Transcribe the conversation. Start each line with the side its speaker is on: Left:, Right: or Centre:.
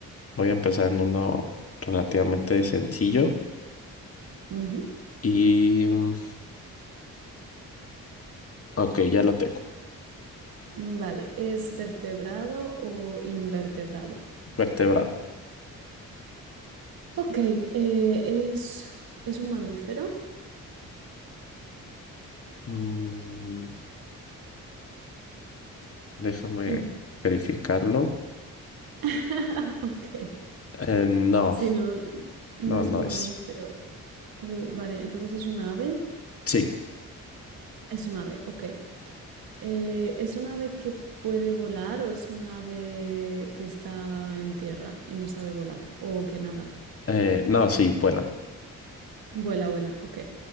Left: Voy a empezar en uno relativamente sencillo.
Right: ujú.
Left: Y, mm, ok, ya lo tengo.
Right: Vale, ¿es vertebrado o invertebrado?
Left: Vertebrado.
Right: Ok, eh, es, es un mamífero.
Left: Mm, déjame
Right: Mm.
Left: verificarlo.
Right: <laughs> Ok.
Left: Eh, no,
Right: Si no, no
Left: no,
Right: es
Left: no
Right: un
Left: es.
Right: mamífero. Uh, vale, entonces es un ave.
Left: Sí.
Right: Es un ave, ok. Eh, ¿es un ave que puede volar o es un ave que está en tierra y no sabe volar o que nada?
Left: Eh, no, sí, vuelan.
Right: Vuela, vuela, ok.